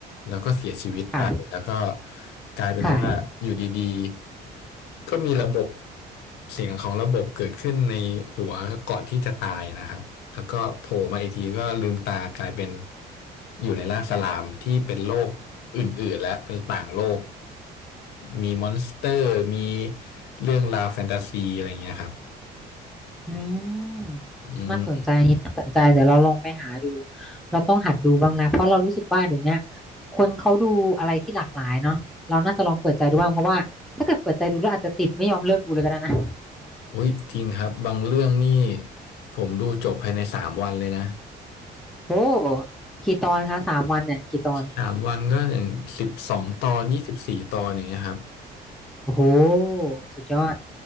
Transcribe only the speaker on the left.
แล้วก็เสียชีวิตไปแล้วก็
กลายเป็นว่าอยู่ดี
ๆก็มีระบบเสียงของระบบเกิดขึ้นในหัวก่อนที่จะตายนะครับแล้วก็โผล่มาอีกทีก็ลืมตากลายเป็นอยู่ในร่างสลามที่เป็นโลกอื่นๆและเป็นต่างโลกมีมอนสเตอร์มีเรื่องราวแฟนตาซีอะไรอย่างเงี้ยครับ
อืม
โอ้ยจริงครับ บางเรื่องนี่ผมดูจบภายในสามวันเลยนะ
สามวันก็อย่างสิบสองตอนยี่สิบสี่ตอนอย่างเงี้ยครับ